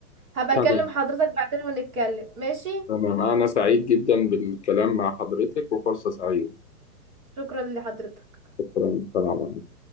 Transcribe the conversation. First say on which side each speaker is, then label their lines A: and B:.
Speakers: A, on the right (about 60°); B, on the left (about 50°).
A: هبقى
B: تمام
A: اكلم حضرتك بعدين ونتكلم ماشي
B: تمام أنا سعيد جدا بالكلام مع حضرتك وفرصة سعيدة
A: شكرا لحضرتك
B: شكرا تمام